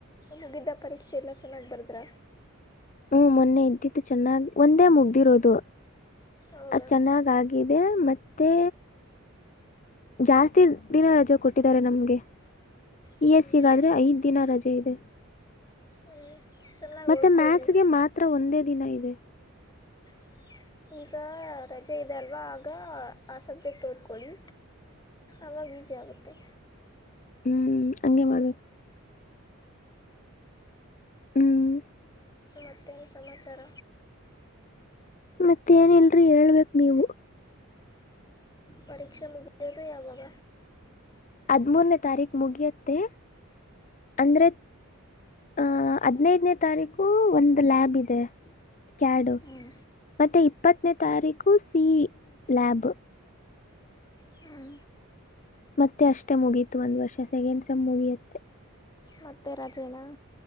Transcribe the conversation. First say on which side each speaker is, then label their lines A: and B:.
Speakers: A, on the left; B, on the left.
A: ಮುಗಿದ್ದ ಪರೀಕ್ಷೆ ಎಲ್ಲ ಚೆನ್ನಾಗಿ್ ಬರ್ದ್ರ.
B: ಹ್ಮ್ ಮೊನ್ನೆ ಇದ್ದತ್ತುು ಚೆನ್ನಾಗ್ ಒಂದೇ ಮುಗ್ದಿರೋದು.
A: ಹೌದಾ
B: ಅ ಚೆನ್ನಾಗ ಆಗಾಗಿದೆ ಮತ್ತೆ ಜಾಸ್ತಿ ದಿನ ರಜೆ ಕೊಟ್ಟಿದ್ದಾರೆ ನಮ್ಗೆ
A: ಹ್ಞೂ
B: ಈ ಎಸ್ ಸಿಗಾದ. ೆ ಐದ್ ದಿನ ರಜೆ ಇದೆ.
A: ಹ್ಞೂ ಚೆನ್ನಾಗಿ
B: ಮತ್ತೆ
A: ಓದ್ಕೊಳ್ರಿ
B: ಮ್ಯಾತ್ಸ್ಗೆ ಮಾತ್ರ ಒಂದೇ ದಿನ ಇದೆ.
A: <inaudible> ಈಗ ರಜೆ ಇದೆಲ್ವಾ ಆಗ ಆ ಸಬ್ಜೆಕ್ಟ್ ಓದಕೊಳ್ಳಿ. ಅವಾಗ ಈಜಿ ಆಗುತ್ತೆ.
B: ಹ್ಮ್ ಹಂಗೆ ಮಾಡ್ಬೇಕು. ಹ್ಮ್.
A: ಮತ್ತೇನು ಸಮಾಚಾರ.
B: ಮತ್ತೇಏನಿಲ್ರರಿ ಹೇಳ್ಬೇಕ ನೀವು.
A: ಪರೀಕ್ಷೆ ಮುಗಿಯೋದು ಯಾವಾಗ.
B: ಹದ್ಮೂರನೇ ತಾರೀಕು ಮುಗಿಯುತ್ತೆ ಅಂದ್ರೆ.. ಆಹ ಹದ್ನೈದನೇ ತಾರೀಕು ಒಂದು ಲ್ಯಾಬ್ ಇದೆ ಕ್ಯಾಡು..
A: ಹ್ಞೂ
B: ಮತ್ತೆ ಇಪ್ಪತ್ತನೇ ತಾರೀಕು ಸಿ ಲ್ಯಾಬ್..
A: ಹ್ಞೂ
B: ಮತ್ತೆ ಅಷ್ಟೆ ಮುಗೀತು ಒಂದ್ ವರ್ಷ ಸೆಕೆಂಡ್ ಸೆಮ್ ಮುಗಿಯತ್ತೆ..
A: ಮತ್ತ ರಜೇನ..